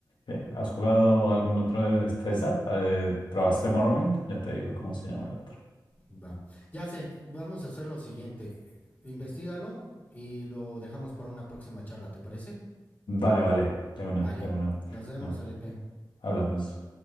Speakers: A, on the left; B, on the left.
A: eh, ¿has jugado algún otro de Bethesda? Eh, ¿probaste Morrowind? Ya te digo cómo se llama el otro.
B: Va. Ya sé, vamos a hacer lo siguiente. Investígalo y lo dejamos para una próxima charla, ¿te parece?
A: Vale, vale, de una,
B: Vale.
A: de una.
B: Nos vemos,
A: Bueno,
B: Felipe.
A: hablamos.